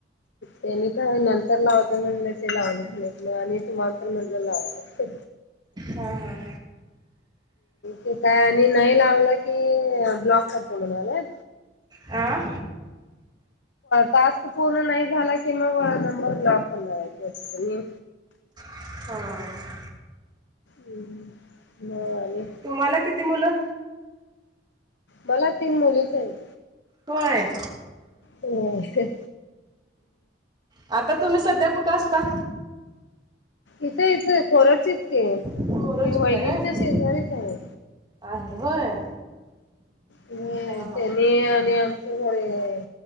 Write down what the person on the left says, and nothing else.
तेनी का नंतर लावतो म्हणलं ते लावलच नाही आणि तुम्हाला पण म्हणलं लावाव.
ते काय आणि नाही लावला की ब्लॉक करतो म्हणायलेत.
टास्क पूर्ण नाही झाला की मग नंबर ब्लॉक करणार आहे.
हम्म मग आणि?
मला तीन मुलीच आहेत.
हो.
इथं इथ कोरुचीत की
वहिनींच्या
शेजारीच आहे.
होय.
त्यानी आणि आमच घर आहे